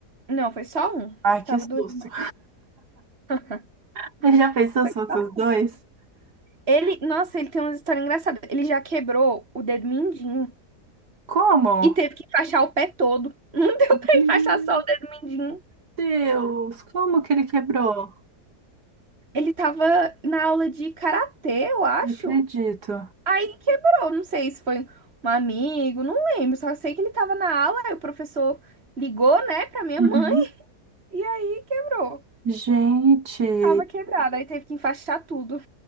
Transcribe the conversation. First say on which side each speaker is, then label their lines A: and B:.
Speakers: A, on the right (about 40°); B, on the right (about 75°).
A: Não, foi só um.
B: Ai, que
A: Tava
B: susto.
A: doendo. <laughs>
B: <laughs> Você já pensou
A: Foi
B: se fosse
A: só
B: os dois?
A: um. Ele, nossa, ele tem uma história engraçada. Ele já quebrou o dedo mindinho
B: Como?
A: e teve que enfaixar o pé todo. Não <laughs> deu pra
B: Meu
A: enfaixar só o dedo mindinho.
B: Deus, como que ele quebrou?
A: Ele tava na aula de karatê, eu acho.
B: Não acredito.
A: Aí quebrou, não sei se foi um amigo, não lembro, só sei que ele tava na aula, aí o professor ligou, né, pra minha
B: Uhum.
A: mãe, e aí quebrou.
B: Gente, e
A: Tava quebrado, aí teve que enfaixar tudo.